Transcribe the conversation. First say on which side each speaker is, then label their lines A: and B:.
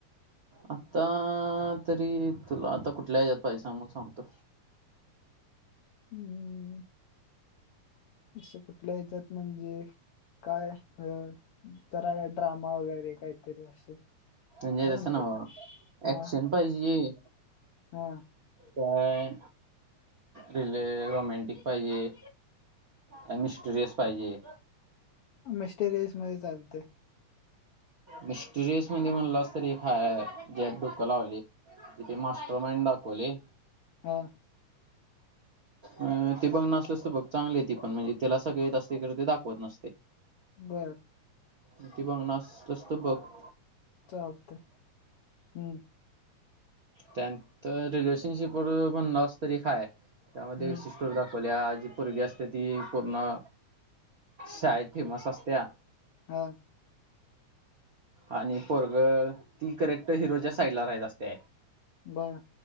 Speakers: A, on the right; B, on the left.
A: आता तरी तुला आता कुठल्या ह्याच्यात पाहिजे सांग मग सांगतो.
B: हम्म! असं कुठल्या याच्यात म्हणजे, काय जरा का ड्रामा वगैरे काहीतरी असे.
A: म्हणजे
B: काय
A: तसं
B: म्हणतात
A: नव ॲक्शन
B: मग
A: पाहिजे,
B: हा
A: काय रिले रोमॅंटिक पाहिजे. आणि मिस्टरीज पाहिजे.
B: मिस्टेरियस मध्ये चालते.
A: मिस्टुरियस मध्ये म्हणल अस तरी काय जे डोकं लावली इथे मास्टर मइंडाकूले
B: हां
A: अ ते बघ नसलस तर बघ चांगली ती पण म्हणजे त्याला सगळे येत असते तर ते दाखवत नसते
B: बरं
A: न ब नाश प्रस्तव्यक
B: चालते हम्म
A: त्या नंतर रिलेशनशिप वर म्हम्हणालास तरी एक हाय दाखवल्या
B: हम्म
A: जी पोरगी असत्या ती पूर्ण शाळेत फेमस असत्या
B: हा
A: आणि पोरग ती करेक्ट हिरोच्या साईडला राहत असतय
B: बरं